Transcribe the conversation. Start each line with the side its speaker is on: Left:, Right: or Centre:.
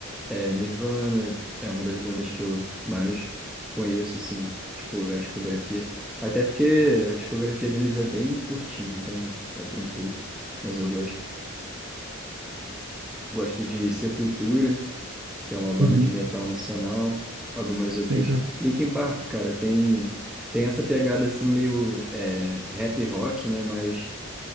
Centre: É, Nirvana é uma das bandas que eu mais conheço, assim, tipo, a discografia. Até porque a discografia deles é bem curtinha, então é tranquilo. Mas eu gosto. Gosto de Sepultura, que é uma banda
Right: Uhum.
Centre: de metal nacional. Algumas outras.
Right: Sim, sim.
Centre: Linkin Park, cara, tem, tem essa pegada, assim, meio é, rap rock, né? Mas